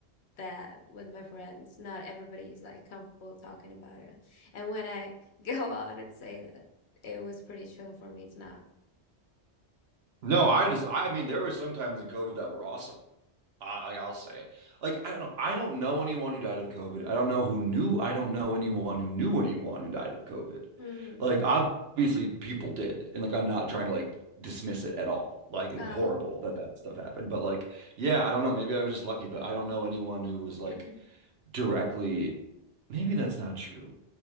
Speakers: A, on the left; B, on the right.
A: that with my friends. Not everybody's like comfortable talking about it. And when I <laughs> go on and say that, it was pretty chill for me. It's not.
B: No, I just, I mean, there were some times in COVID that were awesome. I, like I'll say it. Like I don't know. I don't know anyone who died of COVID. I don't know who knew. I don't know anyone who knew anyone who died of COVID.
A: Mm-hmm. Mm-hmm.
B: Like obviously people did, and like I'm not trying to like dismiss it at all. Like it,
A: Oh.
B: horrible that that stuff happened. But like yeah, I don't know. Maybe I was just lucky, but I don't know anyone who was like
A: <clears throat>
B: directly. Maybe that's not true.